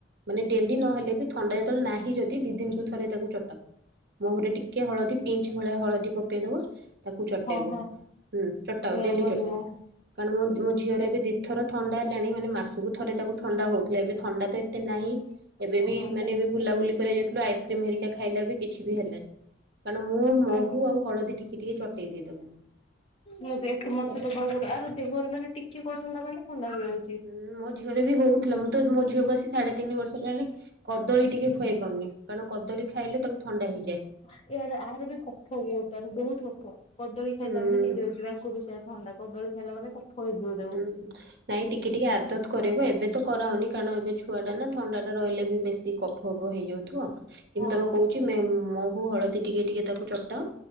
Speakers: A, on the right; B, on the left.
A: ମାନେ ଡ଼େଲି ନ ହେଲେବି ଥ୍ ଥଣ୍ଡା ଯେତେବେଳେ ନାହିଁ ଯଦି ଦି ଦିନକୁ ଥରେ ତାକୁ ଚଟାଅ। ମହୁରେ ଟିକେ ହଳଦୀ ପିଞ୍ଚ୍ ଭଳିଆ ହଳଦୀ ପ ପକେଇଦବ। ତାକୁ ଚଟେଇବ
B: ହଁ ହଁ
A: ହୁଁ ଚଟାଅ,
B: ସେଇଆ
A: ଡ଼େଲି
B: କରିବୁ।
A: ଚଟାଅ। କାରଣ ମୋ ମୋ ଝିଅର ଏବେ ଦିଥର ଥଣ୍ଡା ହେଲାଣି, ମାନେ ମାସକୁ ଥରେ ତାକୁ ଥଣ୍ଡା ହଉଥିଲା ଏବେ ଥ୍ ଥଣ୍ଡା ତ ଏତେ ନାହିଁ, ଏବେ
B: ହୁଁ
A: ବି
B: ହୁଁ।
A: ମାନେ ଏବେ ବୁଲାବୁଲି କରିଆକୁ ଯାଇଥିଲୁ ଆଇସ୍କ୍ରିମ୍ ହେରିକା ଖାଇଲା ବି କିଛି ବି ହେଲାନି। କାରଣ ମୁଁ ମହୁ
B: ହୁଁ
A: ଆଉ ହଳଦୀ ଟିକେ ଟିକେ ଚଟେଇ ଦିଏ ତାକୁ।
B: ମୁଁ ଏତେ
A: ହେଲା।
B: ମତେ ଦବାକୁ ପଡ଼ିଅ ଆର ଦେହରେ ମାନେ ଟିକେ କଣ ହେଲା ମାନେ ଥଣ୍ଡା ହେଇଯାଉଛି।
A: ହୁଁ ମୋ ଝିଅର ବି ହୋଉଥିଲା ମୁଁ ତ ମୋ ଝିଅକୁ ଆସିି ସାଢେ଼ ତିନି ବର୍ଷ ହେଲାଣି କଦଳୀ ଟିକେ ଖୁଆଇ ପାରୁନି କାରଣ କଦଳୀ ଖାଇଲେ ତାକୁ ଥଣ୍ଡା ହେଇଯାଏ।
B: ଏହାର ଆହାର ବି କଫ ହୁଏ ବହୁତ ମାନେ ବହୁତ କଫ କଦଳୀ ଖାଇଲା
A: ହୁଁ
B: ମାନେ ହେଇଯାଉଛି ବା ଆକୁ ବି ସେଇଆ ଥଣ୍ଡା କଦଳୀ ଖାଇଲା ମାନେ କଫ ହେଇଯିବ ତାକୁ।
A: ହୁଁ। ନାଇଁ ଟିକେ ଟିକେ ଆଦତ କରେଇବ ଏବେ ତ କରାଅନି କାରଣ ଏବେ ଛୁଆ ଟା ନା ଥଣ୍ଡା ଟା ରହିଲେ ବି ବେଶୀ କଫ କବ ହେଇଯାଉଥିବ କିନ୍ତୁ
B: ହଁ
A: ତାକୁ କହୁଛି ମେ ମହୁ ହଳଦୀ ଟିକେ ଟିକେ ତାକୁ ଚଟାଅ